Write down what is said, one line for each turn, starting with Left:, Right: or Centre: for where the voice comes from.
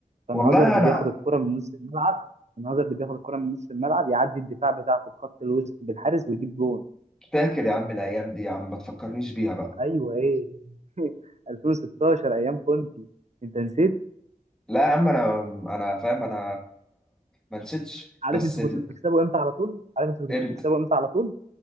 Right: كان
Centre: والله
Right: هازارد
Centre: انا
Right: بياخد الكره من نص الملعب كان هازارد بياخد الكره من نص الملعب يعدي الدفاع بتاعكم بخط الوسط بالحارس ويجيب جون
Centre: فاكر يا عم الايام دي يا عم ما تفكرنيش بيها بقى
Right: ايوه ايه <laughs> 2016 ايام كنتي انت نسيت
Centre: لا يا عم انا انا فاهم انا ما نسيتش
Right: عارف
Centre: بس
Right: انتوا
Centre: ال-
Right: كنتوا بتكسبوا امتى على طول عارف انتوا كنتوا
Centre: انت
Right: بتكسبوا امتى على طول